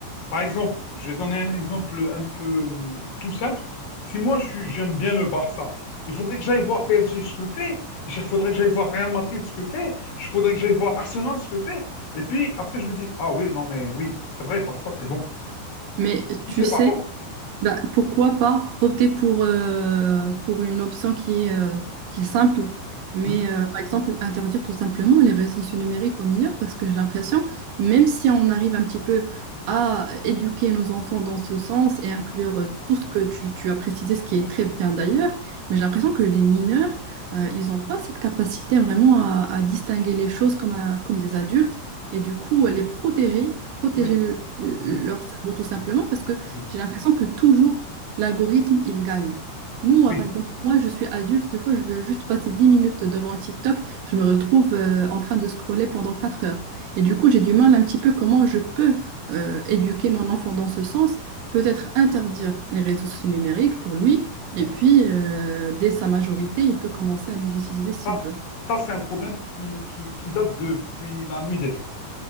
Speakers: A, on the left; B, on the right.
A: par exemple, je vais donner un exemple un peu hum, tout simple. Si moi, je suis, j'aime bien le Barça, il faudrait que j'aille voir PSG ce que fait. Il faudrait que j'aille voir Real Madrid ce que fait. Il faudrait que j'aille voir Arsenal ce que fait. Et puis après, je me dis, ah oui, non, mais oui, c'est vrai, Barça, c'est bon.
B: mais
A: Ou
B: tu
A: c'est
B: sais,
A: pas bon.
B: Ben, pourquoi pas opter pour, euh, pour une option qui est, euh, qui est simple, mais
A: Hmm,
B: euh, par exemple interdire tout simplement les réseaux sociaux numériques aux mineurs, parce que j'ai l'impression, même si on arrive un petit peu à éduquer nos enfants dans ce sens et inclure euh, tout ce que tu, tu as précisé, ce qui est très bien d'ailleurs, mais j'ai l'impression que les mineurs, euh, ils n'ont pas cette capacité vraiment à, à distinguer les choses comme, un- comme des adultes, et du coup les protéger, protéger
A: Oui.
B: le- le-
A: Mhm,
B: leur cerveau tout simplement,
A: mhm,
B: parce que
A: mhm.
B: j'ai l'impression que toujours, l'algorithme, il gagne. Nous,
A: Oui.
B: euh, par exemple, moi, je suis adulte, des fois, je veux juste passer 10 minutes devant TikTok, je me retrouve euh, en train de scroller pendant 4 heures. Et du coup, j'ai du mal un petit peu comment je peux euh, éduquer mon enfant dans ce sens, peut-être interdire les réseaux sociaux numériques pour lui, et
A: Alors,
B: puis, euh, dès sa majorité, il peut commencer à les utiliser s'il
A: ça,
B: veut.
A: ça c'est un problème qui, qui, qui date depuis la nuit des temps.